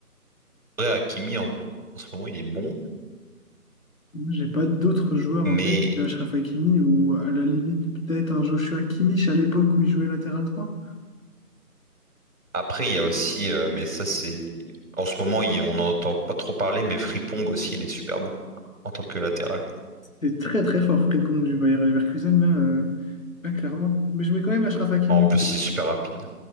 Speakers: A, on the right (about 55°); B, on the left (about 55°).
A: Ouais, Hakimi, en, en ce moment, il est bon.
B: Moi, J'ai pas d'autres joueurs
A: Mais
B: en tête que Achraf Hakimi ou à la limite peut-être un Joshua Kimmich à l'époque où il jouait latéral droit.
A: après, il y a aussi... euh, mais ça, c'est... En ce moment, il- on n'entend pas trop parler, mais Frimpong aussi, il est super bon. en tant que latéral.
B: C'est très très fort Frimpong du Bayer Leverkusen là, euh, pas clairement. Mais je mets quand même Achraf Hakimi.
A: En plus, il est super rapide.